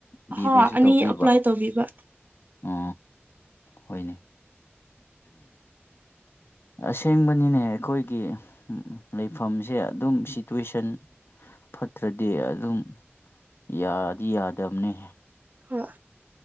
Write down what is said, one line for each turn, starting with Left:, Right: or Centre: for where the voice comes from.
Left: ꯕꯤ
Right: ꯍꯣꯏ
Left: ꯕꯤ ꯑꯦꯁꯨ
Right: ꯑꯅꯤ
Left: ꯇꯧꯕꯤꯕ
Right: ꯑꯦꯄ꯭ꯂꯥꯏ ꯇꯧꯕꯤꯕ
Left: ꯎ ꯍꯣꯏꯅꯦ ꯑꯁꯦꯡꯕꯅꯤꯅꯦ ꯑꯩꯈꯣꯏꯒꯤ ꯂꯩꯐꯝꯁꯦ ꯑꯗꯨꯝ ꯁꯤꯇꯨꯋꯦꯁꯟ ꯐꯠꯇ꯭ꯔꯗꯤ ꯑꯗꯨꯝ ꯌꯥꯗꯤ ꯌꯥꯗꯕꯅꯦ
Right: ꯍꯣꯏ